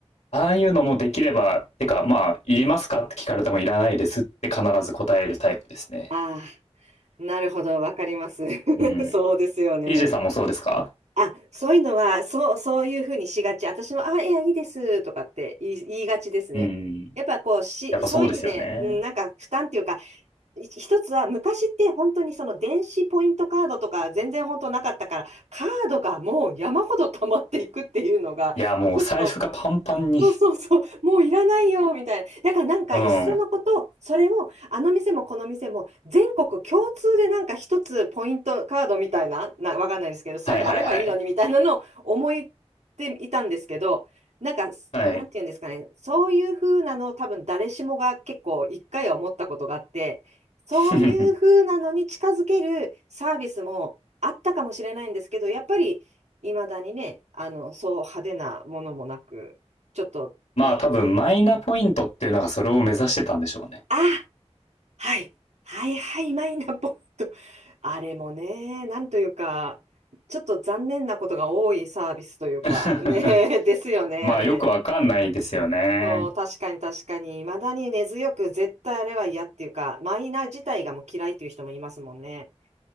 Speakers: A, on the left; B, on the right.
A: ああいうのもできれば、てかまあ、いりますかって聞かれてもいらないですって必ず答えるタイプですね。
B: ああ、なるほど、わかります。<laughs>
A: うん。
B: そうですよね。
A: EJ さんもそうですか
B: あ、そういうのは、そう、そういうふうにしがち。私も、あ、いや、いいですとかって言い、言いがちですね。
A: うん。
B: やっぱこうし、
A: やっぱそうですよね。
B: そういう意味で、うん、なんか負担っていうか、い一つは昔って本当にその電子ポイントカードとか全然本当なかったからカードがもう山ほど溜まっていくっていうのがちょっと
A: いや、もう財布がパンパンに。
B: そうそうそう、もういらないよ、みたいな。だからなんか、
A: うん。
B: いっそのこと、
A: はい
B: それを、あの店もこの店も、全国共通でなんか一つポイントカードみたいな、な、わかんないですけど、そういうのあればいいのに、
A: はいはい。
B: みたいなのを思っていたんですけど、なんか、
A: はい。
B: なんていうんですかね、そういう風なの、多分誰しもが結構一回は思ったことがあって、そういう風なのに近づけるサービスもあったかもしれないんですけど、
A: <laughs>
B: やっぱり、いまだにね、あの、そう派手なものもなく、ちょっとね、
A: まあ多分マイナポイントっていうのがそれを目指してたんでしょうね。
B: あ、はい、はいはい、マイナポイント。あれもね、なんというか、ちょっと残念なことが多いサービスというか、
A: <laughs>
B: ね、<laughs> ですよね、
A: まあよくわかんないですよね。
B: あれ。そう、確かに確かに、未だに根強く絶対あれは嫌っていうか、マイナ自体がもう嫌いっていう人もいますもんね。